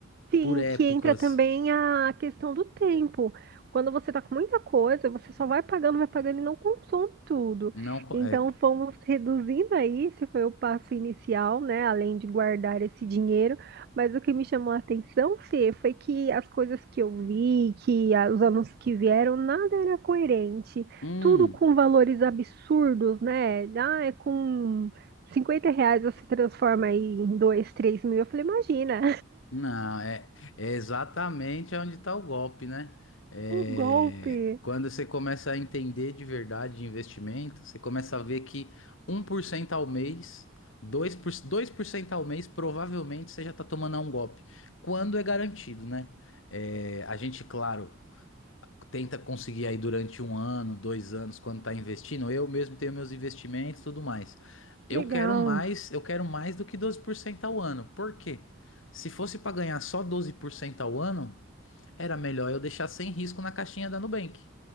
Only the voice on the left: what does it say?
Por épocas.
Não, co-
é.
Hum.
Não, é, é exatamente onde está o golpe, né? É,
quando você começa a entender de verdade de investimento, você começa a ver que um por cento ao mês, 2%, 2% ao mês, provavelmente você já está tomando um golpe. Quando é garantido, né? É, a gente, claro, tenta conseguir aí durante um ano, dois anos, quando tá investindo. Eu mesmo tenho meus investimentos e tudo mais. Eu
quero mais, eu quero mais do que 12% ao ano. Por quê? Se fosse para ganhar só 12% ao ano, era melhor eu deixar sem risco na caixinha da Nubank.